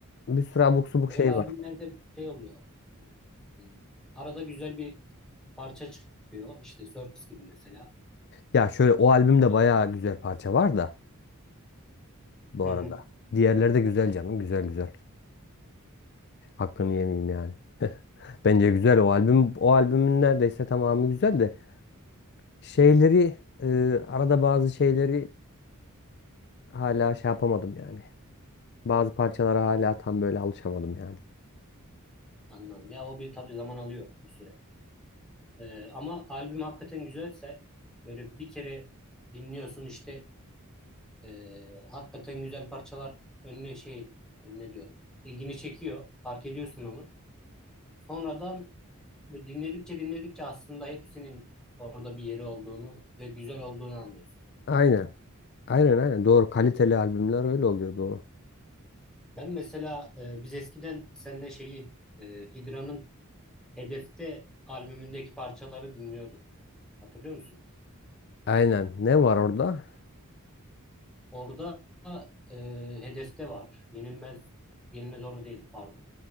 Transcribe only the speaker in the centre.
böyle
albümlerde
şey oluyor. Hmm. Arada güzel bir parça çıkıyor. İşte Circus gibi mesela.
Ya.
Hı
hı.
Anladım. Ya o bir tabii zaman alıyor bir süre. Ee, ama albüm hakikaten güzelse böyle bir kere dinliyorsun işte Ee, hakikaten güzel parçalar önüne şey önüne diyorum. ilgini çekiyor. Fark ediyorsun onu. Sonradan böyle dinledikçe dinledikçe aslında hepsinin orada bir yeri olduğunu ve güzel olduğunu anlıyorsun.
Ben mesela e, biz eskiden seninle şeyi e, Hidra'nın Hedefte albümündeki parçaları dinliyorduk. Hatırlıyor musun?
Orada e, Hedefte var. Yenilmez Yenilmez orada değildi pardon.